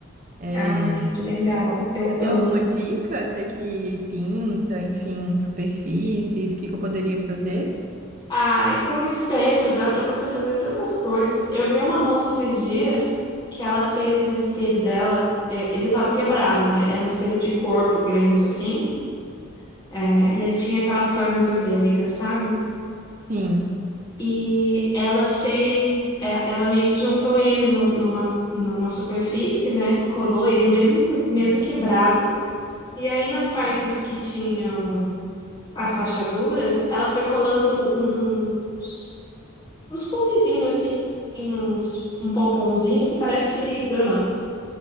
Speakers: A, on the right; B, on the left.
A: É,
B: Ai, que legal. Eu
A: você tem
B: amo.
A: alguma dica? Você que pinta, enfim, superfícies, o que que eu poderia fazer?
B: Ai, com o espelho dá pra você fazer tantas coisas. Eu vi uma moça esses dias que ela fez o espelho dela, é, ele tava quebrado, né? Era um espelho de corpo grande assim, é, e ele tinha aquelas formas orgânicas, sabe?
A: Sim.
B: E ela fez, é, ela meio que juntou ele num- numa, numa superfície, né? Colou ele mesmo, mesmo quebrado. E aí nas partes que tinham as rachaduras, ela foi colando uns, uns puffzinhos assim, uns, um pomponzinho que parece grama.